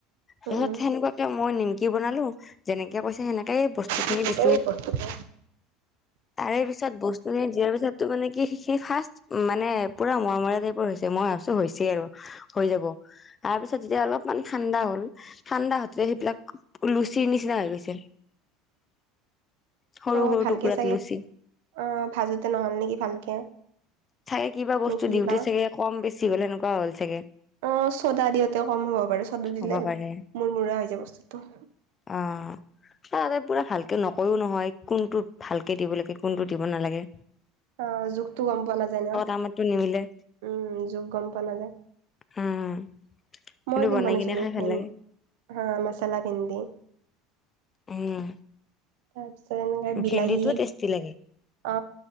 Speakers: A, on the right; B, on the left.
A: উম,
B: পিছত সেনেকুৱাকে মই নিম- -কি বনালো যেনেকে কৈছে সেনেকে বস্তু
A: সেনেকেই
B: খিনি দিছো।
A: বস্তুটো
B: তাৰে পিছত বস্তু খিনি দিয়াৰ পিছতটো মানে কি সি ফাষ্ট মানে পুৰা মৰমৰাই টাইপৰ হৈছে, মই ভাবিছো হৈছেই আৰু হৈ যাব। তাৰপিছত যেতিয়া অলপমান ঠাণ্ডা হ'ল ঠাণ্ডা হৈতে সেইবিলাক লুচিৰ নিচিনা হৈ গৈছে।
A: <unintelligible>
B: সৰু
A: অঁ'
B: সৰু
A: ভালকে
B: টুকুৰাত
A: চাগে
B: লুচি
A: অঁ' ভাজোতে নহ'ল নেকি ভালকে।
B: চাগে কিবা বস্তু
A: নে কি
B: দিওঁতে
A: বা
B: চাগে কম বেছি হ'লে এনেকুৱা হ'ল চাগে।
A: অঁ' চ'দা দিওঁতে কম হ'ব পাৰে, চ'দা দিলে
B: হ'ব পাৰে
A: মূৰ- মূৰা হৈ যায় বস্তুটো।
B: আহ'। তাতে পুৰা ভালকে নকৰো নহয় কোনটো ভালকে দিব লাগে কোনটো দিব নালাগে।
A: অঁ' জোখতো গম পোৱা নাযায় ন'।
B: আমাৰতু নিমিলে।
A: উমঁ' জোখ গম পোৱা নাযায়,
B: উম কিন্তু
A: মই এদিন
B: বনাই
A: বনাইছিলো
B: কিনে খাই ভাল
A: এ
B: লাগে
A: হা মছালা ভিন্দি।
B: উম।
A: তাৰপিছত এনেকে বিলাহী।
B: ভেন্দিটোও টেষ্টি লাগে
A: অ